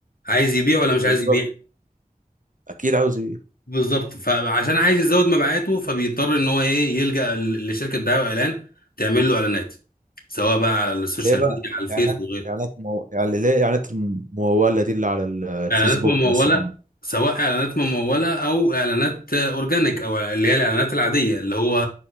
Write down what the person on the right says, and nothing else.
بالظبط
اكيد عاوز ايه
ايه بقى
اعلانات
اعلانات مو... يعني ليه اعلانات المموله دي اللي على ال- الفيسبوك
مثلا